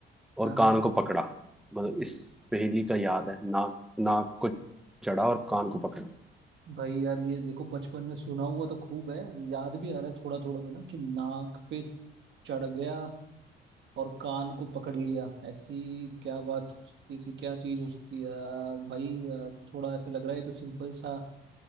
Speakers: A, in the centre; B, on the right.
A: और
B: हाँ हाँ
A: कान को पकड़ा मतलब इस पहेली का याद है नाक नाक को चढ़ा और कान को पकड़ा
B: भाई यार ये देखो बचपन में सुना हुआ तो खूब है याद भी आ रहा है थोड़ा थोड़ा तो ना कि नाक पे चढ़ गया और कान को पकड़ लिया ऐसी क्या बात हो सकती है ऐसी क्या चीज हो सकती है आ, भाई आ, थोड़ा ऐसा लग रहा है ये तो सिंपल सा